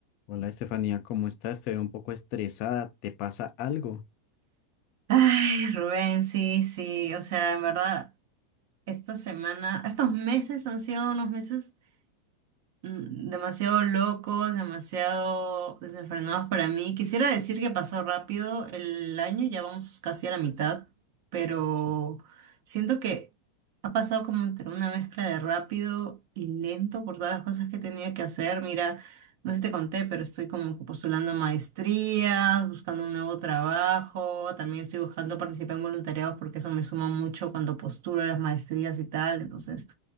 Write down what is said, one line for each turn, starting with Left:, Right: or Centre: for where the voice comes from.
Left: Hola Estefanía, ¿cómo estás? Te veo un poco estresada, ¿te pasa algo?
Right: Ay, Rubén, sí, sí, o sea, en verdad, esta semana, estos meses han sido unos meses mm, demasiado locos, demasiado desenfrenados para mí. Quisiera decir que pasó rápido el año, ya vamos casi a la mitad, pero
Left: Sí.
Right: siento que ha pasado como entre una mezcla de rápido y lento por todas las cosas que he tenido que hacer. Mira, no sé si te conté, pero estoy como que postulando a maestrías, buscando un nuevo trabajo, también estoy buscando participar en voluntariados porque eso me suma mucho cuando postulo a las maestrías y tal, entonces...